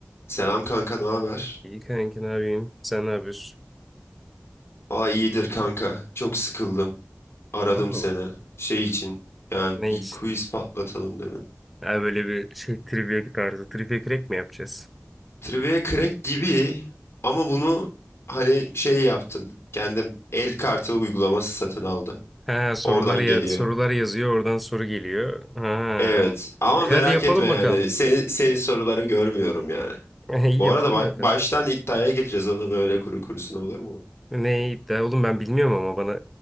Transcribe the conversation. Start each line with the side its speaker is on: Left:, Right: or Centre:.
Left: Selam kanka, ne haber?
Centre: İyi kanki ne yapayım? Sen ne yapıyorsun?
Left: Aa iyidir kanka. Çok sıkıldım. Aradım
Centre: Allah
Left: seni.
Centre: Allah.
Left: Şey için. Yani
Centre: Ne
Left: bir
Centre: için?
Left: quiz patlatalım dedim.
Centre: Ha, böyle bir şey trivia tarzı. Trivia crack mi yapacağız?
Left: Trivia Crack gibi ama bunu hani şey yaptım. Kendim el kartı uygulaması satın aldım.
Centre: Ha sorular
Left: Oradan geliyor.
Centre: ya sorular yazıyor oradan soru geliyor. Ha.
Left: Evet ama
Centre: E,
Left: merak
Centre: hadi yapalım
Left: etme yani.
Centre: bakalım.
Left: Seni, senin soruları görmüyorum yani.
Centre: <laughs> İyi
Left: Bu
Centre: yapalım
Left: arada ba-
Centre: bakalım.
Left: baştan iddiaya gireceğiz oğlum öyle kuru kurusuna olur mu?
Centre: Ne iddia oğlum ben bilmiyorum ama bana